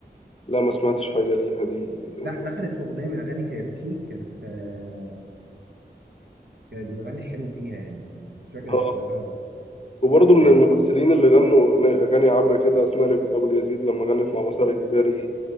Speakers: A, on the left (about 35°); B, on the right (about 70°).
A: لا ما سمعتش حاجه ليها دي يعني
B: لا دخلت في اغنيه من اغاني كايروكي كانت آه كانت بتغني حلو فيها يعني مش فاكر
A: اه
B: انت سمعتها ولا لأ.
A: وبرضه من
B: كانت
A: الممثلين اللي غنوا أغنا- اغاني عبره كده اسماء ابو اليزيد لما غنت مع مسار اجباري